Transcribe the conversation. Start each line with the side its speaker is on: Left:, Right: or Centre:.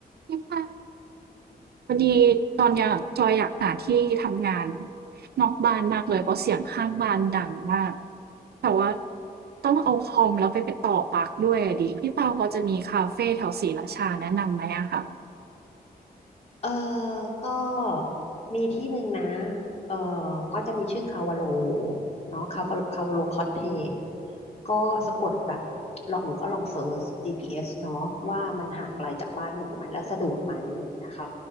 Right: ที่บ้านพอดีตอนเนี้ยจอยอยากหาที่ทำงานนอกบ้านมากเลยเพราะเสียงข้างบ้านดังมากแต่ว่าต้องเอาคอมแล้วไปไปต่อปลั๊กด้วยอะดิพี่เปาพอจะมีคาเฟแถวศรีราชาแนะนำไหมอะคะ
Left: เออก็มีที่หนึ่งนะเออก็จะมีชื่อคาวาโลเนาะคาวาคาวาโลคอตเทจก็สะกดแบบลองหนูก็ลองเซิร์ช GPS เอสเนาะว่ามันห่างไกลจากบ้านหนูไหมแล้วสะดวกไหมอย่างเงี้ยค่ะ